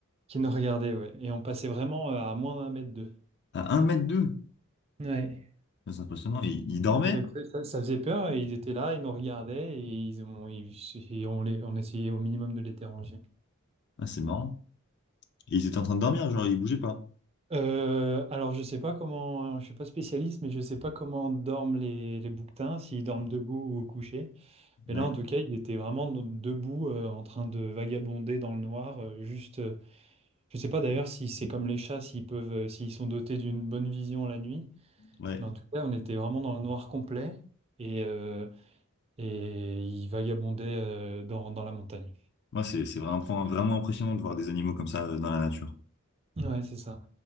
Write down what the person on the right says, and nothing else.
qui nous regardaient, ouais. Et on passait vraiment euh, à moins d'un mètre d'eux.
Ouais.
Et donc, ça, ça faisait peur et ils étaient là, ils nous regardaient et, ils ont, ils- et on, les, on essayait au minimum de les déranger.
Euh, alors, je sais pas comment, je suis pas spécialiste, mais je sais pas comment dorment les, les bouquetins, s'ils dorment debout ou couchés. Mais
là, en tout cas, il était vraiment no- debout, euh, en train de vagabonder dans le noir. euh, juste, euh, je sais pas d'ailleurs si c'est comme les chats, s'ils peuvent, euh, s'ils sont dotés d'une bonne vision la nuit.
Mais en tout cas, on était vraiment dans le noir complet et, euh, et il vagabondait, euh, dans, dans la montagne.
Ouais, c'est ça.